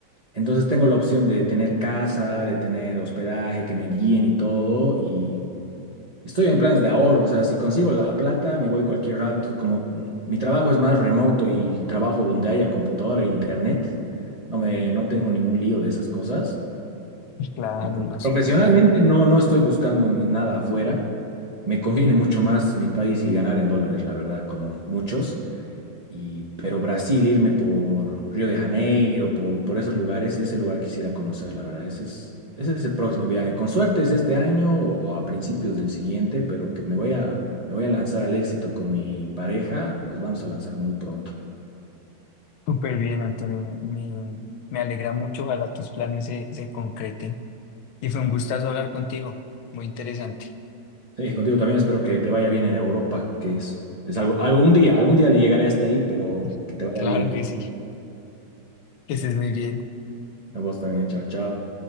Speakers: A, on the right (about 35°); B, on the left (about 75°).
A: Entonces tengo la opción de tener casa, de tener hospedaje, que me guíen y todo, y estoy en planes de ahorro, o sea, si consigo la plata, me voy cualquier rato. Como mm, mi trabajo es más remoto y trabajo donde haya computadora e internet, no me, no tengo ningún lío de esas cosas.
B: Pues Claro,
A: Entonces,
B: no, súper
A: profesionalmente
B: bien.
A: no, no estoy buscando ni nada afuera. Me conviene mucho más mi país y ganar en dólares, la verdad, como muchos. Y, pero Brasil, irme por Río de Janeiro, por, por esos lugares, ese lugar quisiera conocer, la verdad. Ese es, ese es el próximo viaje. Con suerte es este año o a principios del siguiente, pero que me voy a, me voy a lanzar al éxito con mi pareja. Nos vamos a lanzar muy pronto.
B: Súper bien, Antonio. Me, me- me alegra mucho. Ojalá tus planes se, se concreten. Y fue un gustazo hablar contigo. Muy interesante.
A: Sí, contigo también espero que te vaya bien en Europa, que es, es algo, algún día, algún día le llegaré hasta ahí, pero
B: <laughs>
A: que te vaya
B: Claro
A: bien.
B: que sí. Que estés muy bien.
A: A vos también, chao, chao.